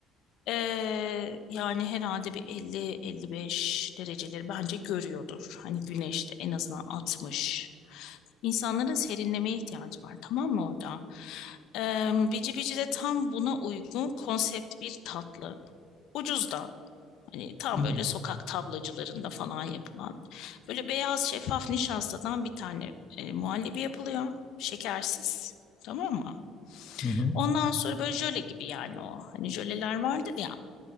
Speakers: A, on the left (about 75°); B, on the left (about 30°).
A: Ee, yani herhalde bir 50-55 dereceleri bence görüyordur. Hani güneşte en azından 60. İnsanların serinlemeye ihtiyacı var tamam mı orada? Ee, bici bici de tam buna uygun konsept bir tatlı. Ucuz da. Hani tam
B: Hmm,
A: böyle sokak tablacılarında falan yapılan. Böyle beyaz şeffaf nişastadan bir tane e, muhallebi yapılıyor. Şekersiz. Tamam mı?
B: Hı hı.
A: Ondan sonra böyle jöle gibi yani o. Hani jöleler vardır ya.